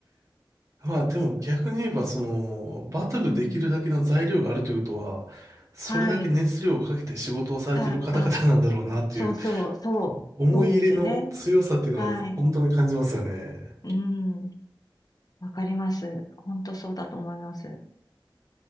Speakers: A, on the right (about 35°); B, on the left (about 50°).
A: まあでも逆に言えば、その、バトルできるだけの材料があるということは、
B: うん、
A: それだけ熱量をかけて仕事をされている方々なんだろうなっていう、
B: はい。じゃあ、あ、そうそう、そう、
A: 思い入れの強さっていうのは本当に感じますよね。
B: そうですよね。はい。うん、わかります。本当そうだと思います。